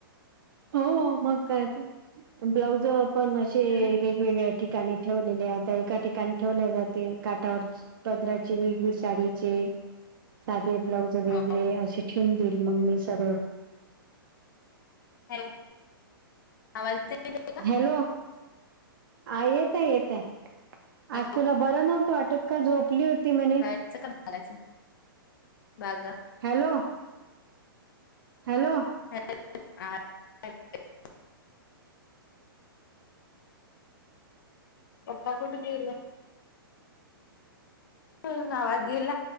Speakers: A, on the right (about 60°); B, on the left (about 60°).
A: हो हो मग काय तर, ब्लाउज पण असे ते
B: हम्म
A: वेगवेगळ्या ठिकाणी ठेवलेल्या, आता एका ठिकाणी ठेवल्या जाते काठावरच. पदराची वेगळी साडीचे. साधे ब्लाऊज वेगळे
B: हो
A: असे ठेवून देईल मग मी सगळं.
B: हॅलो. आवाज नाही येत आहे. का?
A: हॅलो, आ येतय येतय. आज
B: हॅलो,
A: तुला बरं नव्हत वाटत का, झोपली होती म्हणे?
B: <unintelligible> बॅगा.
A: हॅलो. हॅलो.
B: <inaudible> पप्पा कुठे गेले? <unintelligible> आवाज गेला.